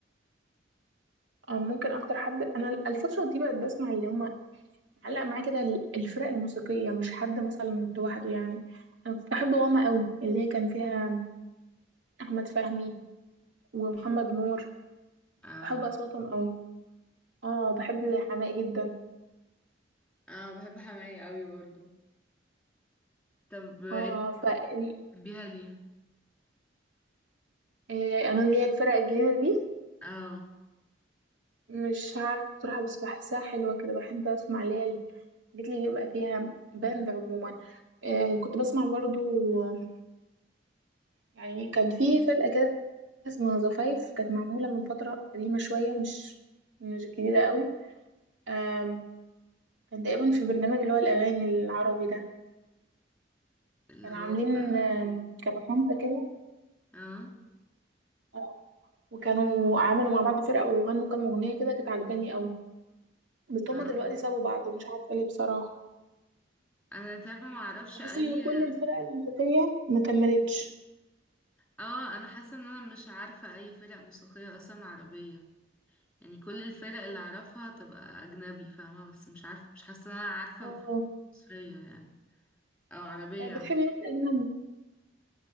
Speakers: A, on the right (about 85°); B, in the centre.
A: آه، ممكن اكتر حد انا الفتره دي بقت بسمع اللي هم علق معايا كده ال- الفرق الموسيقيه مش حد مثلا لوحده يعني انا كنت بحب واما قوي اللي هي كان فيها احمد فهمي ومحمد نور
B: اه
A: بحب اصواتهم قوي اه بحب حماقي جدا
B: اه بحب حماية قوي برضو طب ايه
A: اه ف ال-
B: بتحبيها ليه
A: آه، انا اللي هي الفرق الجديده دي
B: اه
A: مش عارفه بصراحه بس بحسها حلوه كده بحب اسمع اللي هي الحاجات اللي بيبقى فيها باند عموما آه، كنت بسمع برضو آه، يعني كان في فرقه كده اسمها زفايف كانت معمولة من فترة قديمة شوية مش مش جديدة قوي آم، كان تقريبا في برنامج اللي هو الأغاني العربي ده
B: اللي
A: كانوا
B: هو
A: عاملين آم،
B: ايه؟
A: كانوا خمسة كده
B: اه
A: آه، وكانوا عملوا مع بعض فرقة وغنوا كام أغنية كده كانت عجباني قوي بس هما
B: اه
A: دلوقتي سابوا بعض ومش عارفة ليه بصراحة
B: انا انت عارفة ما اعرفش
A: بحس
B: اي
A: إن كل الفرق الموسيقية ما كملتش
B: اه انا حاسه ان انا مش عارفه اي فرق موسيقيه اصلا عربيه يعني كل الفرق اللي اعرفها تبقى اجنبي فاهمه بس مش عارفه مش حاسه ان انا عارفه
A: اه
B: فرق مصريه يعني او عربيه
A: طب
B: عم.
A: بتحبي مين أجنبي؟